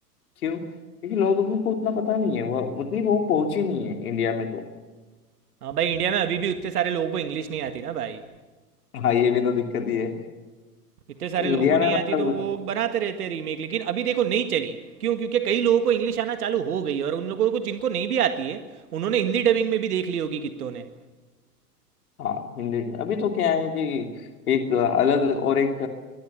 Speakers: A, on the left; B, on the right.
A: क्यों क्योंकि लोगों को उतना पता नहीं है वो उतनी वो पहुंची नहीं है इंडिया में तो
B: हाँ भाई इंडिया में अभी भी उतने सारे लोगों को इंग्लिश नहीं आती ना भाई
A: हाँ ये भी तो दिक्कत ही है
B: इतने सारे
A: तो इंडिया
B: लोगों को नहीं
A: में मतलब
B: आती तो वो बनाते रहते हैं रीमेक लेकिन अभी देखो नहीं चली क्यों क्योंकि कई लोगों को इंग्लिश आना चालू हो गई है और उन लोगों को जिनको नहीं भी आती है उन्होंने हिंदी डबिंग में भी देख ली होगी कितनों ने
A: हाँ हिंदी अभी तो क्या है कि एक अलग और एक